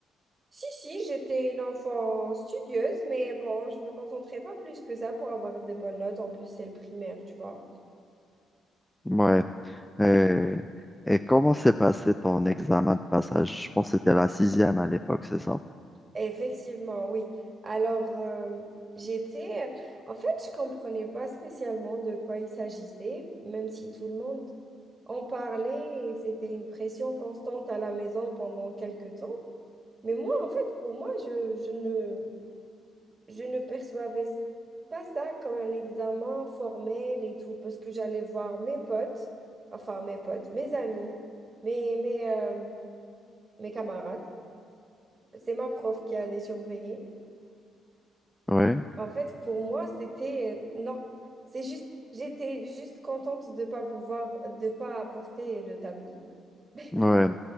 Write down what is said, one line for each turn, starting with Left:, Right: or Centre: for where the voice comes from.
Right: Si, si, j'étais une enfant studieuse, mais bon, je me concentrais pas plus que ça pour avoir des bonnes notes. En plus, c'est le primaire, tu vois.
Centre: Ouais. Euh, et comment s'est passé ton examen de passage? Je pense que c'était la sixième à l'époque, c'est ça?
Right: Effectivement, oui. Alors, euh, j'étais... En fait, je comprenais pas spécialement de quoi il s'agissait, même si tout le monde On parlait et c'était une pression constante à la maison pendant quelques temps. Mais moi, en fait, pour moi, je, je ne, je ne percevais pas ça comme un examen formel et tout, parce que j'allais voir mes potes, enfin mes potes, mes amis, mes, mes, euh, mes camarades. C'est ma prof qui allait surveiller.
Centre: oui.
Right: En fait, pour moi, c'était euh, non. C'est juste, j'étais juste contente de pas pouvoir, de pas apporter le tablier. <laughs>
Centre: ouais,